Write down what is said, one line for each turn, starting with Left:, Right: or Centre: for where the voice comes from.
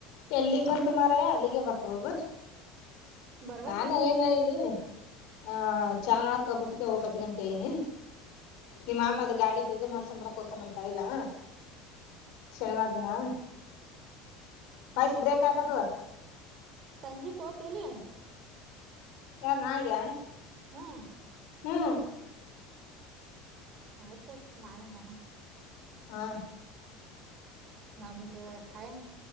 Left: ಎಲ್ಲಿಗ್ ಬಂತು ಮಾರಾಯಾ ಅಲ್ಲಿಗೆ ಬರ್ತದೋದು
Right: ಬರ್ಬೇಕಂತಿದ್ನ
Left: ನಾನ ಏನ ಇಲ್ಲಿ ಹಾ ಚಾ ಕಬಿಟ್ಟಕ ಹೋಗ್ತಾಯಿತ್ರಿ ಅಂತ ಹೇಳಿ ನಿ ನಿಮ್ಮ ಮಾಮ್ಮ ಅದು ಗಾಡಿದ್ದಿ ಇದ್ದು ಮಾಡಿಸ್ಕೊಂಡ್ ಬರಾಕ್ ಹೋತಾನಂತ ಆಯಿಲ್ಲಾ ಶನಿವಾರ ದಿನ ವಾಯ್ಸ್ ಬ್ರೇಕ್ ಆಗಕತದ
Right: ಸಂಜೆಕ ಹೋತಿಲ್ಲ
Left: ಯಾರ ನಾಳಿಗಾ
Right: ಹುಂ
Left: ಹುಂ
Right: ಆಯ್ತಳ ನಾಳೆ ನೋಡು ಮು
Left: ಹಾ
Right: ನಮ್ದ ಟೈಮ್